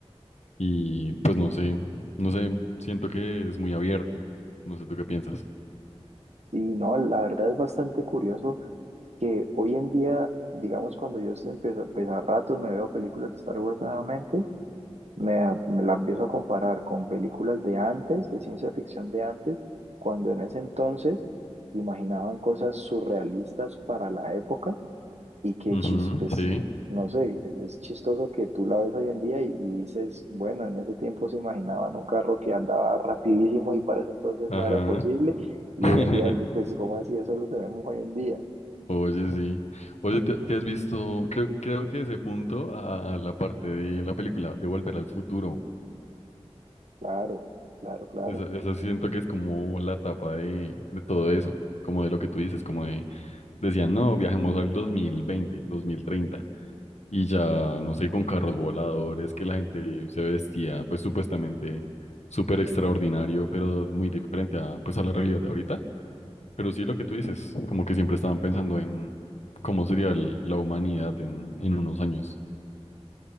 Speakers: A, on the left; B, on the right.
A: y pues no sé, no sé, siento que es muy abierto, no sé tú qué piensas.
B: Y no, la verdad es bastante curioso que hoy en día, digamos, cuando yo empecé, pues a ratos me veo películas de Star Wars nuevamente Me, a- me la empiezo a comparar con películas de antes, de ciencia ficción de antes, cuando en ese entonces imaginaban cosas surrealistas para la época y que
A: Ujú,
B: chis, pues,
A: sí,
B: no sé, es chistoso que tú la ves hoy en día y, y dices, bueno, en ese tiempo se imaginaban un carro que andaba rapidísimo y para ese entonces
A: ajá.
B: no era posible y
A: <laughs>
B: hoy en día, pues, ¿cómo así? Eso lo tenemos hoy en día.
A: Oye, sí. Oye, ¿te, te has visto? Creo, creo que ese punto a, a la parte de la película de Volver al Futuro.
B: Claro, claro, claro.
A: Esa, esa sí siento que es como la etapa de, de todo eso, como de lo que tú dices, como de, decían, no, viajemos al dos dos mil veinte, dos mil treinta y ya, no sé, con carros voladores, que la gente se vestía, pues supuestamente súper extraordinario, pero muy diferente a, pues, a la realidad de ahorita. Pero sí lo que tú dices, como que siempre estaban pensando en cómo sería el- la humanidad en, en unos años.